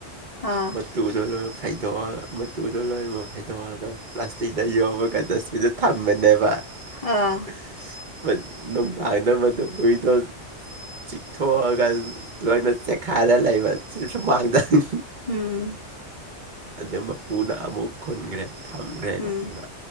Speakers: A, on the left; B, on the right.
A: ꯑꯥ
B: ꯕꯠ ꯃꯇꯨꯗꯣ ꯂꯣꯏꯅꯃꯛ ꯐꯩꯗꯣꯛꯑꯒ ꯃꯇꯨꯗꯣ ꯂꯣꯏꯅꯃꯛ ꯐꯩꯗꯣꯛꯑꯒ ꯄ꯭ꯂꯥꯁꯇꯤꯛꯇ ꯌꯣꯞꯄꯒꯗ ꯗꯨꯗ ꯊꯝꯃꯅꯦꯕ
A: ꯑꯥ
B: <unintelligible> ꯆꯤꯊꯣꯛꯑꯒ ꯂꯣꯏꯅ ꯆꯦꯛꯈꯥꯗ ꯂꯩꯕ ꯆꯁꯨ ꯃꯥꯡꯗꯅꯤ
A: ꯎꯝ
B: ꯑꯗꯨ ꯃꯄꯨꯅ ꯑꯃꯨꯛ ꯈꯨꯟꯒ꯭ꯔꯦ ꯊꯝꯈ꯭ꯔꯦ
A: ꯎꯝ
B: ꯃꯄꯨꯅ